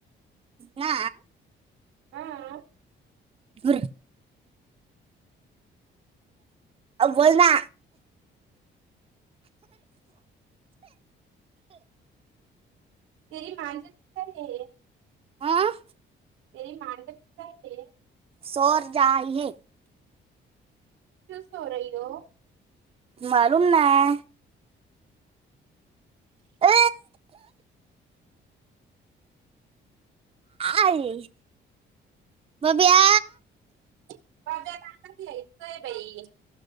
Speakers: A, on the right; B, on the right.
A: ना
B: हा
A: घर अ बोल ना
B: तरी माझ <unintelligible> हे
A: हाँ,
B: तेरी <unintelligible>
A: सोर जाय हे
B: क्यू सो रही हो
A: मालुम नाय अ, आय बब्या
B: बब्या ला पण घयचय बाई